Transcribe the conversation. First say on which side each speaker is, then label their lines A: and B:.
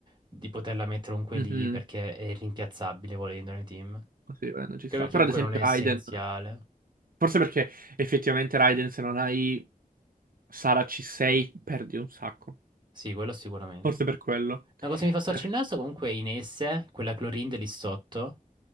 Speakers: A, on the right (about 30°); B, on the right (about 75°).
A: di poterla mettere comunque
B: Mhm.
A: lì perché è rimpiazzabile volendo nei team. Anche
B: Sì, Raiden ci
A: perché
B: sta. Però
A: comunque
B: ad esempio
A: non è essenziale.
B: Raiden, forse perché effettivamente Raiden se non hai Sara C6 perdi un sacco.
A: Sì, quello sicuramente.
B: Forse per quello.
A: Una cosa che mi fa storcere
B: Per-
A: il naso comunque è Inesse, quella Clorin lì sotto,